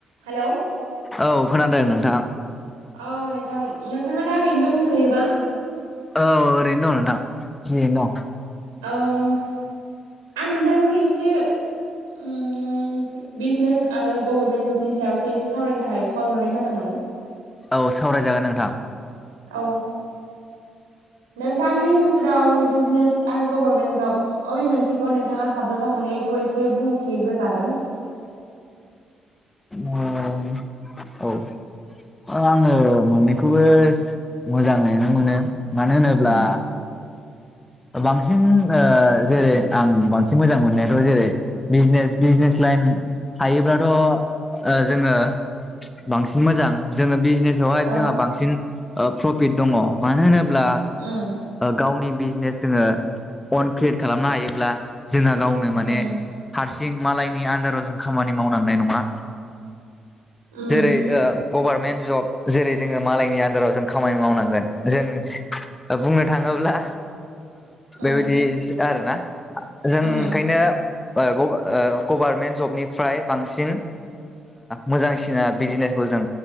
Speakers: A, on the right (about 75°); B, on the left (about 15°).
A: Hello
B: औ खोनादों नोंथां
A: औ नोंथां नोंथाङा दा ओरैनो दंथ'योबा
B: औ ओरैनो दं नोंथां जिरायना दं
A: औ आं नोंथांजों एसे उम बिजनेस आरो गभर्नमेन्ट जबनि सायावसो एसे सावरायनो थाखाय कल हरनाय जादोंमोन
B: औ सावरायजागोन नोंथां
A: औ नोंथांनि नोजोराव बिजनेस आरो गभर्नमेन्ट जब अ बेे मोनसेखौ नोंथाङा साबजाथाव मोनैखौ एसे बुंथिग्रोजागोन
B: ओम औ ओ आङो मोननैखौबो मोजाङैनो मोनो मानो होनोब्ला
A: उम
B: बांसिन ओ‌ जेरै आं बांसिन मोजां मोननायाथ' जेरै- बिजनेस बिजनेस लाइन थायोब्लाथ' ओ जोङो बांसिन मोजां जोङो बिजनेसावहाय
A: औ
B: जोंहा बांसिन प्रफिट दङ मानो होनोब्ला
A: ओम
B: गावनि बिजनेस जोङो अन क्रियेट खालामनो हायोब्ला जोंहा गावनि माने
A: उम
B: हारसिं मालायनि आन्दाराव जों खामानि मावलांनाय नङा
A: उम
B: जेरै गभारमेन्ट जब जेरै जोङो मालायनि आन्दाराव जों खामानि मावनांगोन जों बुंनो थाङोब्ला
A: उम
B: बेबायदि आरो ना जों
A: उम
B: ओंखायनो ओ गभारनमेन्ट जबनिफ्राय बांसिन मोजांसिना बिजनेसखौ जों